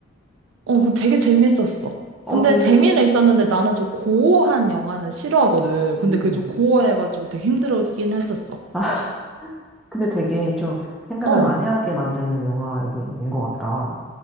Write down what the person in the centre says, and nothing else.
어,
되게,
음,
아, <laughs> 근데 되게 좀 생각을
많이 하게 만드는 영화인 것 같다.